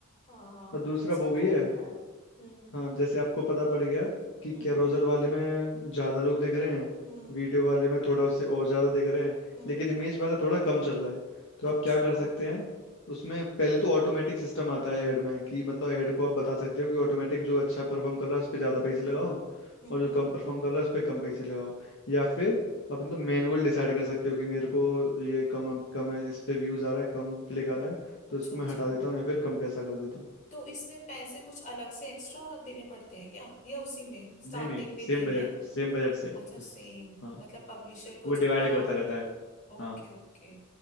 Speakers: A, on the left; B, on the left.
A: हाँ
B: और दूसरा
A: अच्छा
B: वो भी
A: तरीका
B: है
A: है हम्म
B: हाँ जैसे आपको पता पड़ गया कि
A: हम्म
B: कैरोसेल वाले में ज्यादा लोग देख रहे हैं
A: हम्म
B: वीडियो वाले में थोड़ा उससे और ज्यादा देख रहे हैं
A: हम्म
B: लेकिन इमेज वाला थोड़ा कम चल रहा है तो आप
A: अच्छा
B: क्या कर
A: हम्म
B: सकते हैं उसमें पहले तो ऑटोमेटिक सिस्टम आता है ऐड में कि मतलब ऐड को आप बता सकते हो कि ऑटोमेटिक जो अच्छा परफॉर्म कर रहा है उस पर ज्यादा
A: हम्म
B: पैसे लगाओ
A: हम्म हम्म
B: और जो कम परफॉर्म कर रहा है उस पर कम पैसे लगाओ या फिर आप मतलब मैनुअल डिसाइड कर सकते हो कि मेरे को ये कम कम है, इस पे व्यूज आ रहा है कम क्लिक आ रहा है
A: अच्छा
B: तो इसको
A: अच्छा
B: मैं हटा देता हूँ या फिर कम पैसा कर देता हूँ
A: तो इसमें पैसे कुछ अलग से एक्स्ट्रा देने पड़ते हैं क्या या उसी में स्टार्टिंग
B: नहीं नहीं
A: में
B: सेम
A: देने
B: बजट
A: हैं
B: सेम बजट से ही
A: अच्छा
B: इस-
A: सेम
B: हाँ
A: मतलब पब्लिशर को
B: वो
A: जितना
B: डिवाइड करता रहता है
A: Okay
B: हाँ
A: okay